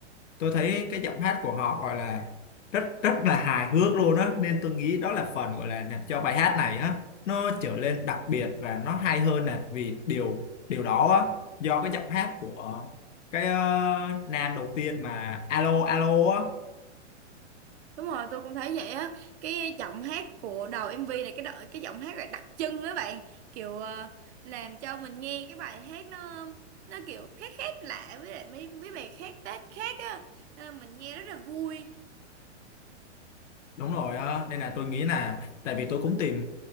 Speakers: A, on the left; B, on the right.
A: tôi thấy cái giọng hát của họ gọi là rất rất là hài hước luôn á nên tôi nghĩ đó là phần gọi là làm cho bài hát này á nó trở lên đặc biệt và nó hay hơn nè vì điều điều đó á, do cái giọng hát của cái ờ, nam đầu tiên mà alo alo á
B: Đúng rồi, tôi cũng thấy vậy á. Cái giọng hát của đầu MV này cái đợi cái giọng hát là đặc trưng á bạn, kiểu ờ, làm cho mình nghe cái bài hát nó nó kiểu khác khác lạ với lại mấy mấy bài khác Tết khác á. Nên là mình nghe rất là vui.
A: đúng rồi á nên là tôi nghĩ là tại vì tôi cũng tìm